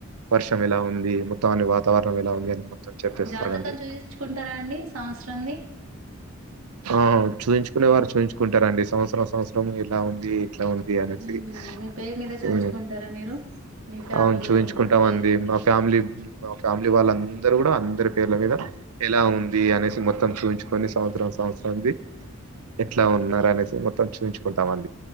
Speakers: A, on the right; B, on the right.
A: వర్షం ఇలా ఉంది మొత్తం అన్ని వాత వాతవరణ ఎలా ఉంది మొత్తం చెప్పేస్తాడండి
B: జాతకం చూయించుకుంటార అండి ఈ సంవత్సరం ది
A: ఆ చూ చూయించుకునే వారు చూయించుకుంటారండి సంవత్సరం సంవత్సరం ఎలా ఉంది ఇట్లా ఉంది అనేసి.
B: హు మీ పేరు మీద చూయించుకుంటారా
A: హ్మ్.
B: మీరు మీ ఫ్యామిలీ
A: అవును. చూయించుకుంటామండి.
B: మీద పేరు మీద
A: మా ఫ్యామిలీ మా ఫ్యామిలీ వాళ్ళందరు కూడా అందరి పేర్ల మీద ఎలా ఉంది అనేసి మొత్తం చూయించుకొని సంవత్సరం సం సంవత్సరం ది ఎట్లా ఉన్నారు అనేసి మోత్తం చూంచుకుంటాం అం